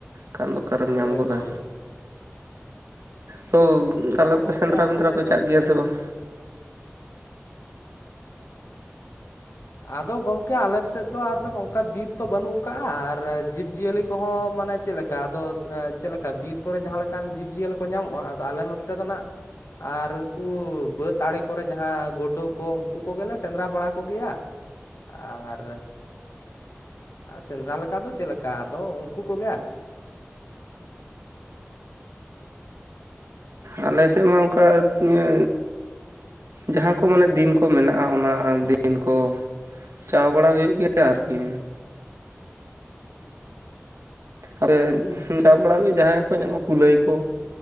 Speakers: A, on the right; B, on the left.
A: ᱠᱷᱟᱱ ᱫᱚ ᱚᱠᱟᱨᱮᱢ
B: ᱦᱳᱭ
A: ᱧᱟᱢ ᱜᱚᱫᱟ?
B: ᱦᱳᱭ
A: ᱛᱚ ᱠᱟᱞᱚ
B: ᱛᱟᱦᱚᱞᱮ ᱜᱚᱢᱠᱮ
A: ᱠᱚ ᱥᱮᱸᱫᱽᱨᱟ
B: ᱟᱯᱮ
A: ᱢᱮᱸᱫᱽᱨᱟ
B: ᱥᱮᱫ
A: ᱯᱮ
B: ᱫᱚ
A: ᱪᱟᱜ ᱜᱮᱭᱟ ᱥᱮ ᱵᱟᱝ?
B: ᱟᱫᱚ ᱜᱚᱢᱠᱮ ᱟᱞᱮ ᱥᱮᱫ ᱫᱚ ᱟᱫᱚ ᱱᱚᱝᱠᱟ ᱵᱤᱨ ᱛᱚ ᱵᱟᱹᱱᱩᱜ ᱠᱟᱜᱼᱟ ᱟᱨ ᱡᱤᱵᱽᱼᱡᱤᱭᱟᱹᱞᱤ ᱠᱚᱦᱚᱸ ᱢᱟᱱᱮ ᱪᱮᱫᱞᱮ ᱠᱟ ᱟᱫᱚ ᱪᱮᱫ ᱞᱮᱠᱟ ᱵᱤᱨ ᱠᱚᱨᱮ ᱡᱟᱦᱟᱸ ᱞᱮᱠᱟᱱ ᱡᱤᱵᱽᱼᱡᱤᱭᱟᱹᱞᱤ ᱠᱚ ᱧᱟᱢᱚᱜᱼᱟ ᱟᱫᱚ ᱟᱞᱮ ᱱᱚᱱᱛᱮ ᱫᱚ ᱱᱟᱜ ᱟᱨ ᱩᱝᱠᱩ ᱵᱟᱹᱫᱽ ᱟᱲᱮ ᱠᱚᱨᱮ ᱡᱟᱦᱟᱸ ᱜᱳᱰᱳ ᱠᱚ ᱩᱝᱠᱩ ᱠᱚᱜᱮᱞᱮ ᱥᱮᱸᱫᱽᱨᱟ ᱵᱟᱲᱟ ᱠᱚᱜᱮᱭᱟ, ᱟᱨ ᱥᱮᱸᱫᱽᱨᱟ ᱞᱮᱠᱟ ᱫᱚ ᱪᱮᱫ ᱞᱮᱠᱟ ᱟᱫᱚ ᱩᱱᱠᱩ ᱠᱚᱜᱮ ᱟᱨᱠᱤ᱾
A: ᱟᱞᱮ ᱥᱮᱫ ᱢᱟ ᱚᱝᱠᱟ ᱤᱭᱟᱹ ᱡᱟᱦᱟᱸ ᱠᱚ ᱢᱟᱱᱮ ᱫᱤᱱ ᱠᱚ ᱢᱮᱱᱟᱜᱼᱟ ᱚᱱᱟ ᱫᱤᱱ ᱠᱚ, ᱪᱟᱣ ᱵᱟᱲᱟ ᱦᱩᱭᱩᱜ ᱜᱮᱭᱟ ᱟᱨᱠᱤ᱾ ᱟᱨᱮ ᱡᱟᱣ ᱵᱟᱲᱟ ᱠᱟᱛᱮ ᱡᱟᱦᱟᱸᱭ ᱠᱚ ᱧᱟᱢᱚᱜᱼᱟ ᱠᱩᱞᱟᱹᱭ ᱠᱚ